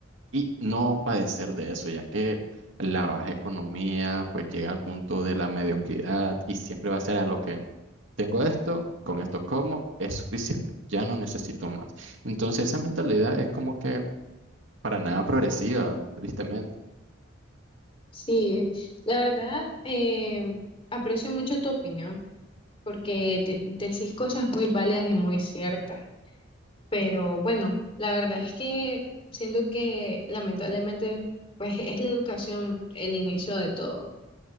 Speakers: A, on the right; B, on the left.
A: y no padecer de eso, ya que la baja economía pues llega al punto de la mediocridad y siempre va a ser a lo que tengo esto, con esto como, es suficiente, ya no necesito más. Entonces esa mentalidad es como que para nada progresiva, tristemente.
B: Sí, la verdad, eh, aprecio mucho tu opinión porque de- decís cosas muy válidas y muy ciertas, pero bueno, la verdad es que siento que lamentablemente pues es la educación el inicio de todo.